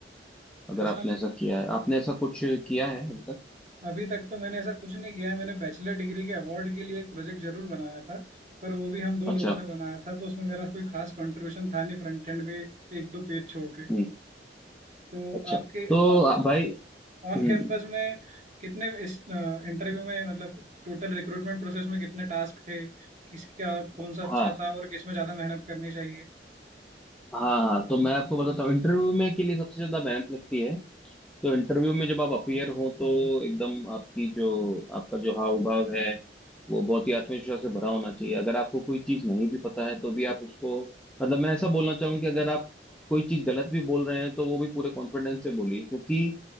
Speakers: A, in the centre; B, on the right (about 40°).
A: अगर
B: ऐसा
A: आपने
B: मैं
A: ऐसा किया है आपने ऐसा कुछ किया है अभी तक
B: अभी तक तो मैंने ऐसा कुछ नहीं किया है। मैंने बैचलर डिग्री के अवार्ड के लिए एक प्रोजेक्ट जरूर बनाया था पर वो भी हम दो लोगों
A: अच्छा
B: ने बनाया था तो उसमें मेरा कोई खास कंट्रीब्यूशन था नहीं फ्रंट एंड पे एक दो पेज छोड़ के
A: हम्म
B: तो
A: अच्छा
B: आपके अ,
A: तो
B: मतलब
A: आ, भाई
B: ऑन
A: हम्म
B: कैंपस में कितने इस इंटरव्यू में मतलब टोटल रिक्रूटमेंट प्रोसेस में कितने टास्क थे किसका कौन
A: हाँ
B: सा अच्छा था और किसमें ज्यादा मेहनत करनी चाहिए
A: हाँ हाँ तो मैं आपको बताता हूँ इंटरव्यू में के लिए सबसे ज्यादा मेहनत लगती है तो इंटरव्यू में जब आप अपीयर हो तो एकदम आपकी जो आपका जो हाव भाव है वो बहुत ही आत्मविश्वास से भरा होना चाहिए अगर आपको कोई चीज नहीं भी पता है तो भी आप उसको मतलब मैं ऐसा बोलना चाहूँ कि अगर आप कोई चीज गलत भी बोल रहे हैं तो वो भी पूरे कॉन्फिडेंस से बोलिए क्योंकि